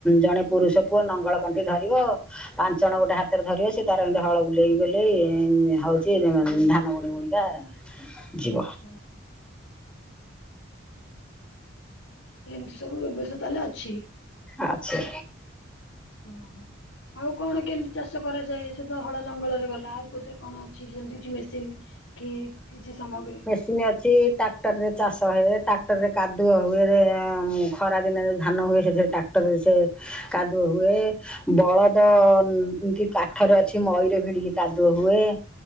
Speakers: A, in the centre; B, on the left.
A: ଜଣେ ପୁରୁଷ ପୁଅ ନଙ୍ଗଳକଣ୍ଠି ଧରିବ। ପାଞ୍ଚ ଜଣ ଗୋଟେ ହାତରେ ଧରିବ ସେ ତାର ଏମିତି ହଳ ବୁଲେଇ ବଲେେଇ ହଉଛି ଧାନ ବୁଣି ବୁଣିକା ଯିବ
B: ଆଛା ଆଛା। ଏମିତି ସବୁ ବ୍ୟବସ୍ଥା ତାହେଲେ ଅଛି?
A: ଅଛି।
B: ଓହୋ ଆଉ କଣ କେମିତି ଚାଷ କରାଯାଏ ସେ ତ ହଳ ଲଙ୍ଗଳରେ ଗଲା ଆଉ କଉଥିରେ କଣ ଅଛି ସେମିତି କିଛି ମେସିନ କି କିଛି ସାମଗ୍ରୀ।
A: ଏମିତି ଅଛି ଟ୍ରାକ୍ଟରରେ ଚାଷ ହୁଏ ଟ୍ରାକ୍ଟରରେ କାଦୁଅ ହୁଏ ଏଁ ଏଁ ଖରା ଦିନରେ ଧାନ ହୁଏ ସେଥିରେ ଟ୍ରାକ୍ଟରରେ ସେ କାଦୁଅ ହୁଏ। ବଳଦ ଏମତି କାଠରେ ଅଛି ମଇରେ ଭିଡିକି କାଦୁଅ ହୁଏ